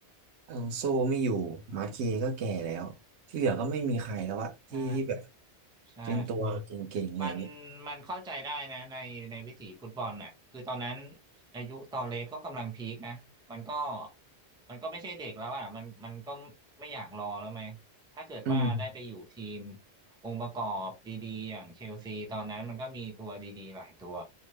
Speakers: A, on the right; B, in the centre.
A: อลองโซไม่อยู่มาร์เคก็แก่แล้วที่เหลือก็ไม่มีใครแล้วอะที่ที่แบบ
B: ใช่ ใช่
A: เป็นตัวเก่งๆอะไรอย่างเงี้ย
B: มันมันเข้าใจได้นะในในวิถีฟุตบอลน่ะคือตอนนั้นอายุตอนเล็กก็กำลังพีคนะมันก็มันก็ไม่ใช่เด็กแล้วอ่ะมันมันก็ไม่อยากรอแล้วไหมถ้าเกิดว่าได้ไปอยู่ทีม
A: อืม
B: องค์ประกอบดีๆอย่างเชลซีตอนนั้นมันก็มีตัวดีๆหลายตัว